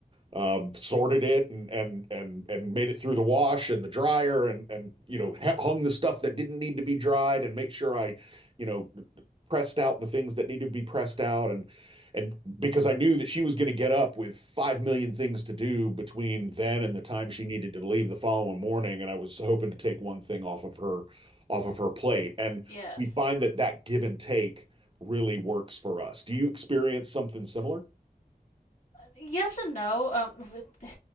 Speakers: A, on the right; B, on the left.
A: um, sorted it and and and and made it through the wash and the dryer and and you know hung the stuff that didn't need to be dried and make sure I, you know, pressed out the things that needed to be pressed out and and because I knew that she was going to get up with five million things to do between then and the time she needed to leave the following morning, and I was hoping to take one thing off of her off of her plate. And
B: Yes.
A: we find that that give and take really works for us. Do you experience something similar?
B: yes and no. Um, <sighs>